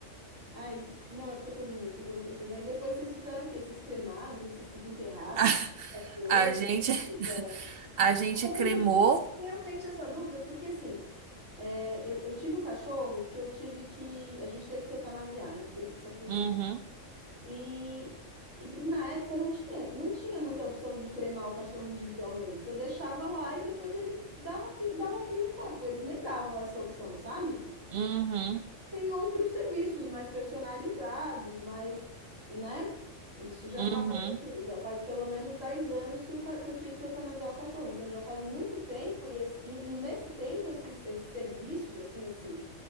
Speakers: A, on the right; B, on the right.
A: Ai, não, é porque eu tô rindo aqui que eu tô pensando. Aí depois vocês fizeram o quê? Vocês cremaram? O que que vocês desenterraram?
B: <laughs>
A: Ficaram com cachorro?
B: A, gente
A: O que fizeram?
B: a gente
A: É
B: cremou.
A: porque eu tenho realmente essa dúvida, porque assim, é, eu, eu tive um cachorro que eu tive que. A gente teve que eutanasiar, né? Teve que sacrificar.
B: Uhum,
A: E, e, e na época não tinha, não tinha muita opção de cremar o cachorro individualmente. Você deixava lá e depois eles dava fim- davam fim no corpo. Eles nem davam essa opção, sabe?
B: uhum,
A: Tem outros serviços mais personalizados, mais, né? Isso já
B: uhum,
A: faz, assim, já faz pelo menos 10 anos que, o, ca- que eu tive que eutanasiar o cachorro. Então já faz muito tempo e, esse- e- e nesse tempo esses, esses serviços, assim, esse